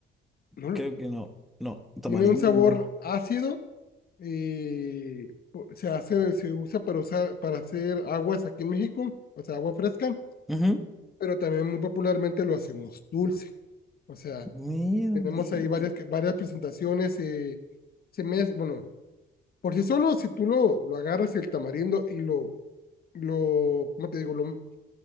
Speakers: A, on the left; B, in the centre.
A: no lo-
B: creo que no. No, tamarindo.
A: tiene un sabor ácido y po- se hace, se usa para usar, para hacer aguas aquí en México, o sea, agua fresca,
B: Ujú.
A: pero también muy popularmente lo hacemos dulce. O sea,
B: Mierda.
A: Tenemos ahí varias, varias presentaciones. Eh, se mez- bueno, por sí solo, si tú lo, lo agarras el tamarindo y lo, lo, ¿cómo te digo? Lo,